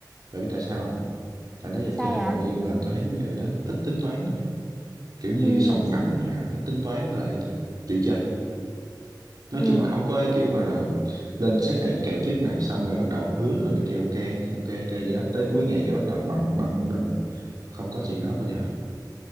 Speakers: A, on the right; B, in the centre.
A: Bạn biết tại sao không? tại đó giờ
B: sai
A: chơi
B: à
A: hầu như là tôi thấy mấy người đó ít tính toán nè kiểu như
B: ừ
A: sòng phẳng nè ít tính toán với lại chịu chơi nói
B: ừ
A: chung là không có cái kiểu mà lên set nào kèo trước nè xong rồi bắt đầu hứa rồi này kia ok ok ok vậy đó tới cuối ngày cái bắt đầu bận bận đồ không có chuyện đó bao giờ